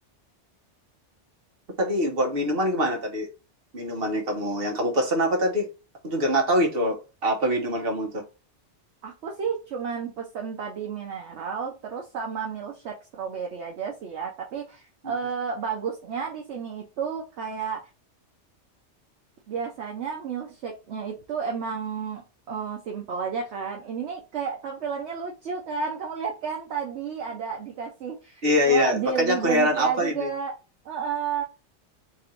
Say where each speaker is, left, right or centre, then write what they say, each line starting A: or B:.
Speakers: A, on the right; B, on the right.
A: Terus tadi buat minuman gimana tadi minumannya kamu, yang kamu pesen apa tadi? Aku juga nggak tahu itu apa minuman kamu
B: Aku sih cuman pesen tadi mineral, terus sama milkshake strawberry aja sih ya. Tapi
A: tuh.
B: eh, bagusnya di sini itu kayak biasanya milkshake-nya itu emang eh, simple aja kan. Ini nih kayak tampilannya lucu kan. Kamu lihat kan tadi ada dikasih
A: Iya
B: kayak
A: iya,
B: jelly
A: makanya aku
B: boneka
A: heran apa
B: juga.
A: ini?
B: Heeh.